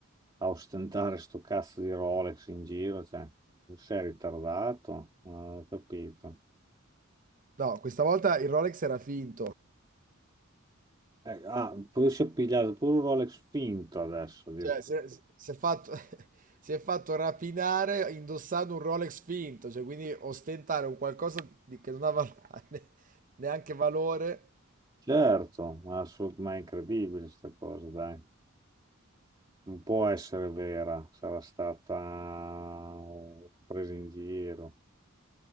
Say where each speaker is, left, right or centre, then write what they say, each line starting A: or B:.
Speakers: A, on the right; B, on the right.
A: a ostentare sto cazzo di Rolex in giro? Cioè, non sei ritardato? Non ho capito.
B: No, questa volta il Rolex era finto.
A: Eh, ah, poi si è pigliato pure un Rolex finto adesso,
B: Cioè, si è, si è fatto, <laughs> si è fatto rapinare indossando un Rolex finto, cioè, quindi ostentare un qualcosa di- che non ha val- <laughs> ne- neanche valore,
A: Certo, ma, assolut- ma è incredibile questa cosa, dai. Non può essere vera, sarà stata una presa in giro.